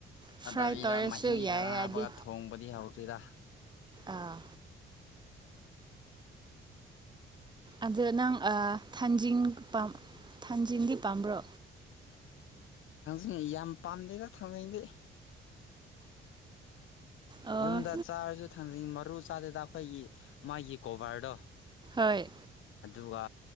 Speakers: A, on the right (about 20°); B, on the left (about 85°).
A: ꯐ꯭ꯔꯥꯏ
B: ꯑꯗꯕꯤꯗ
A: ꯇꯧꯔꯁꯨ
B: ꯃꯍꯤ
A: ꯌꯥꯏ
B: ꯈꯔ ꯍꯥꯞꯄꯒ
A: ꯑꯩꯗꯤ
B: ꯊꯣꯡꯕꯗꯤ ꯍꯧꯗꯦꯔ
A: ꯑꯥ ꯑꯗꯨ ꯅꯪ ꯊꯟꯖꯤꯟ ꯊꯥꯟꯖꯤꯟꯗꯤ ꯄꯥꯝꯕ꯭ꯔꯣ
B: ꯊꯥꯡꯖ ꯌꯥꯝ ꯄꯥꯝꯗꯦꯗ ꯊꯥꯡꯖꯩꯗꯤ
A: ꯑꯣ
B: ꯌꯨꯝꯗ ꯆꯥꯔꯁꯨ ꯊꯝꯅꯤꯡꯩ ꯃꯔꯨ ꯆꯥꯗꯦꯗ ꯑꯩꯈꯣꯏꯒꯤ ꯃꯥꯒꯤ ꯀꯣꯚꯔꯗꯣ
A: ꯍꯣꯏ
B: ꯑꯗꯨꯒ